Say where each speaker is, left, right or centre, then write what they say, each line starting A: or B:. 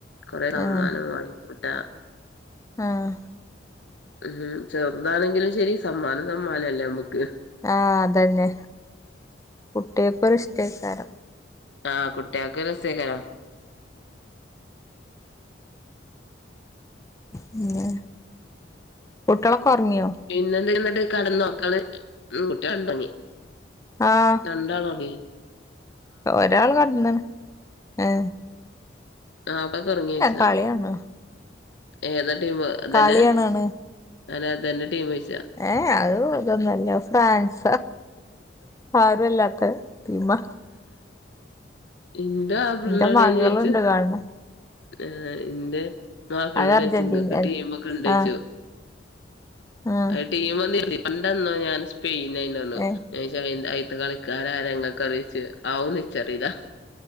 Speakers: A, on the left; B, on the left.
A: കുറെ സമ്മാനവാങ്ങിക്കൂട്ടാ.
B: ആഹ് ആഹ്.
A: ഉം ചെറുതാണെങ്കിലും ശരി സമ്മാനം സമ്മാനല്ലേ ഞമ്മക്.
B: ആഹ് അതന്നെ കുട്ട്യോക്കൊരു ഇഷ്ടക്കാരം.
A: ആഹ് കുട്ട്യോക്ക് രസേകരം.
B: ഉം ന്നെ കുട്ട്യോളൊക്ക ഒറങ്ങിയോ?
A: പിന്നെ എന്ത <unintelligible> കെടന്നു ഇങ്ങള് മം കുട്ട്യോണ്ട്ങ്ങി.
B: ആഹ്
A: രണ്ടാളോങ്ങി.
B: ഒരാള്കേട്ന്ന് ഏ
A: ആഹ് അപ്പൊക്കറങ്ങിച്ചാ.
B: കളിയാണ്
A: ഏതാ ടീമ് അതന്നെ
B: കളി കാണാണ്
A: ഞാനതന്നെ ടീമൊയ്ച്ച.
B: ഏ അത് ഇതൊന്നുഅല്ല ഫാൻസ. ആരുല്ലാത്ത തീമ്മാ.
A: ഇന്ത <unintelligible>
B: എന്റെ മകളുണ്ട്
A: ചോയിച്ചു.
B: കാണ്
A: ഏർ ന്റെ മാപ്പിളിനോട്യ്ച്ചു
B: ണ് അത് അർജന്റീന
A: ങ്ങക്ക് ടീമ ഒക്കെ ഉണ്ടയ്ച്ചു.
B: ആഹ് ആഹ്
A: അ ടീം മോന്നില്ല പണ്ടെന്നോ ഞാൻ സ്പെയിനാന്നെണു.
B: ഏഹ്
A: ചച്ച അ അയിത്തെ കളിക്കാരാരങ്ങെക്കറിയിച്ചു ആവും ച്ചറിയല്ലാ